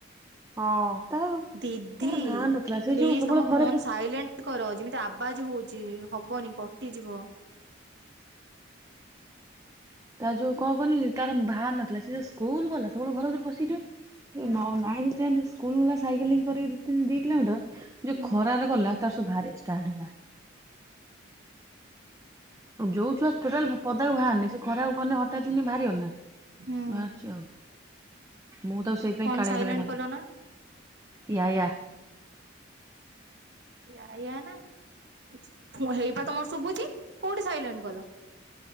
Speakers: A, on the right; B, on the right.
A: ହଁ ତାର
B: ଦିଦି
A: ତାର ଭାର ନଥିଲା ସେ
B: ପ୍ଲିଜ
A: ଯୋଉ ସବୁବେଳେ
B: ତମ
A: ଘରେ
B: ଫୋନ
A: ପଶି
B: ସାଇଲେଣ୍ଟ କର ଯେମିତି ଆବାଜ ହଉଛି ହବନି କ ଟି ଯିବ।
A: ତା ଯୋଉ କଣ କହନି ତାର ଭାର ନଥିଲା ସିଏ ଯୋଉ ସ୍କୁଲ ଗଲା ସବୁବେଳେ ଘର ଭିତରେ ପଶିକି
B: ହୁଁ
A: ରହେ, ଏଇ
B: ହୁଁ
A: ନ ନାଇନ୍ଥ ଟେନ୍ଥ ସ୍କୁଲ ଗଲା ସାଇକେଲିଂ କରି ଦି ତିନ୍ ଦି କିଲୋମିଟର ଯୋଉ
B: ହୁଁ
A: ଖରାରେ ଗଲା ତାର ସ ଭାରିଆ ଷ୍ଟାର୍ଟ ହେଲା। ଯୋଉ ଛୁଆ ଟୋଟାଲ ପଦାକୁ ଭାଆରିନି ସ ଖରାକୁ ଗନେ ହଠାତ୍ କିନି ବାହାରିିବନି ନା?
B: ହୁଁ।
A: ଭାରଚି ଆଉ। ମୁଁ ତାକୁ ସେଇଥିପାଇଁ
B: ଫୋନ
A: କାଳିଆ
B: ସାଇଲେଣ୍ଟ
A: କାଳିଆ ଡାକେ।
B: କଲ ନା
A: ୟା ୟା।
B: ୟା ୟା ନା କିଛି ଫୁ ହେଇବା ତମର ଶୁଭୁଛି କୋଉଠି ସାଇଲେଣ୍ଟ କଲ?